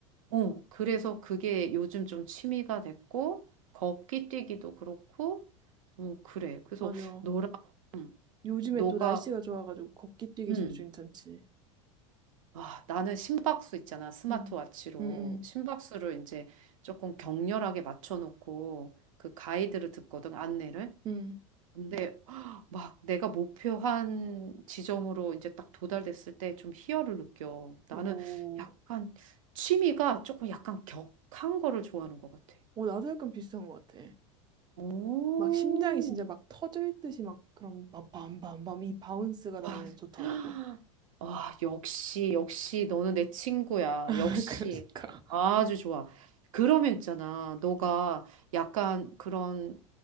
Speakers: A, on the right; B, on the right.
A: 어, 그래서 그게 요즘 좀 취미가 됐고 걷기 뛰기도 그렇고. 어, 그래. 그래서
B: 맞아.
A: 너랑 응,
B: 요즘에
A: 너가
B: 또 날씨가 좋아가지고 걷기 뛰기
A: 응.
B: 진짜 괜찮지.
A: 아, 나는 심박수 있잖아. 스마트워치로
B: 응, 응, 응,
A: 심박수를 이제 조금 격렬하게 맞춰놓고 그 가이드를 듣거든, 안내를.
B: 응.
A: 근데 막 내가 목표한 지점으로 이제 딱 도달됐을 때 좀 희열을 느껴. 나는
B: 오,
A: 약간 취미가 조금 약간 격한 거를 좋아하는 것 같아.
B: 오, 나도 약간 비슷한 것 같아.
A: 오.
B: 막 심장이 진짜 막 터질 듯이 막 그런 막 밤밤밤 이 바운스가 나는
A: 와,
B: 좋더라고.
A: <gasps> 와, 역시, 역시, 너는 내 친구야.
B: <laughs>
A: 역시.
B: 그러니까.
A: 아주 좋아. 그러면 있잖아. 너가
B: 음.
A: 약간 그런